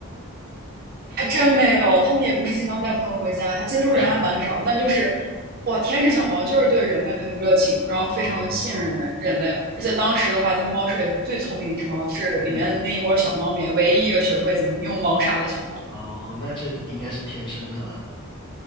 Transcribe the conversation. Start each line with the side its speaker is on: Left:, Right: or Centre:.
Right: 还真没有，他们也不是经常带朋友回家，它接触人还蛮少，
Left: 啊，是的，
Right: 但就是。哇，天使小猫就是对人类很热情，然后非常的信任人类。
Left: 哦，
Right: 人类，而且当时的话，在猫舍也是最聪明的一只猫，是里面那一窝小猫里面唯一一个学会怎么用猫砂的小猫。
Left: 嗯，哦，那这应该是天生的了。